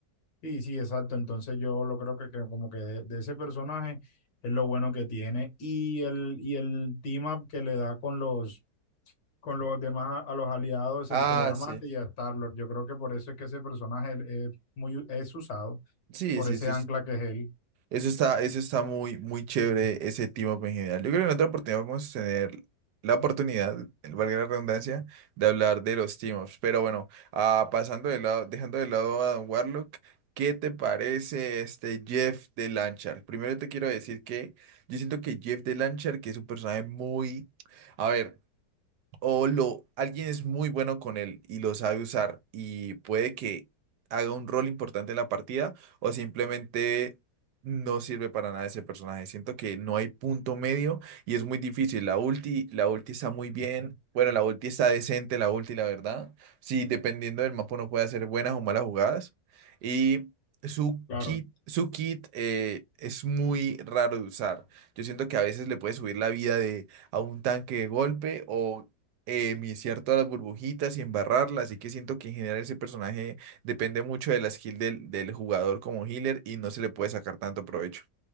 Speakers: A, on the left; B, on the right.
A: Sí, sí, exacto. Entonces yo lo creo que, que como que de, de ese personaje es lo bueno que tiene y el, y el team up que le da con los, con los demás, a los aliados,
B: Ah,
A: el que le da mate
B: sí.
A: y a Star-Lord. Yo creo que por eso es que ese personaje es muy, es usado,
B: Sí,
A: por
B: sí,
A: ese
B: sí.
A: ancla que es él.
B: Eso está, eso está muy, muy chévere, ese team up en general. Yo creo que en otra oportunidad vamos a tener la oportunidad, valga la redundancia, de hablar de los team ups. Pero bueno, ah, pasando de lado, dejando de lado a Don Warlock, ¿qué te parece este Jeff de Lanchar? Primero te quiero decir que yo siento que Jeff de Lanchar, que es un personaje muy... A ver. O lo, alguien es muy bueno con él y lo sabe usar y puede que haga un rol importante en la partida o simplemente no sirve para nada ese personaje. Siento que no hay punto medio y es muy difícil. La ulti, la ulti está muy bien. Bueno, la ulti está decente, la ulti, la verdad. Sí, dependiendo del mapa uno puede hacer buenas o malas jugadas. Y su
A: Claro.
B: kit, su kit eh, es muy raro de usar. Yo siento que a veces le puede subir la vida de a un tanque de golpe o eh, viciar todas las burbujitas y embarrarlas, así que siento que en general ese personaje depende mucho de la skill del, del jugador como healer y no se le puede sacar tanto provecho.